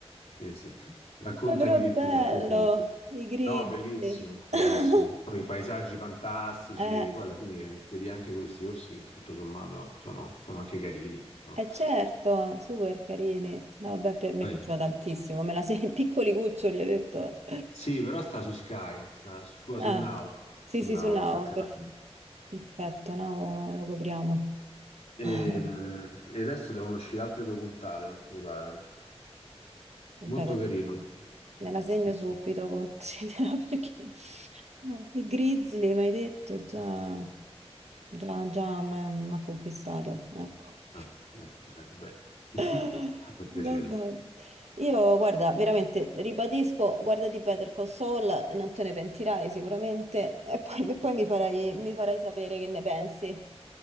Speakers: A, on the left (about 75°); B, on the right (about 80°).
A: Sì, sì. Raccontami
B: Beh, però
A: di
B: bello,
A: più, raccontami di più.
B: i grizzly.
A: No, bellissimo, bellissimo.
B: <laughs>
A: Poi i paesaggi fantastici,
B: Eh,
A: poi alla fine vedi anche questi orsi che tutto sommato sono, sono anche carini, no?
B: eh certo, super carini. No, vabbè, pi- mi
A: Poi-
B: è piaciuta tantissimo, me la sei <laughs> in piccoli cuccioli, hai detto.
A: sì, però sta su Sky, sta su, scusa,
B: Ah,
A: su Now,
B: sì,
A: su
B: sì,
A: Now
B: su Now,
A: l'ho beccato.
B: per- perfetto, Now lo copriamo.
A: E,
B: <laughs>
A: e adesso devono uscire altre due puntate, mi pare.
B: Vabbè,
A: Molto
B: con-
A: carino.
B: me la segno
A: Sì,
B: subito,
A: sì.
B: considera, <laughs> perché eh, i Grizzly, mi hai detto, già, già, già mi ha conquistato, ecco.
A: Ah, beh, beh, beh. <laughs>
B: <laughs>
A: Fa
B: Vabbè.
A: piacere.
B: Io, guarda, veramente, ribadisco, guardati Better Call Saul, non te ne pentirai sicuramente, e poi, e poi mi farai, mi farai sapere che ne pensi.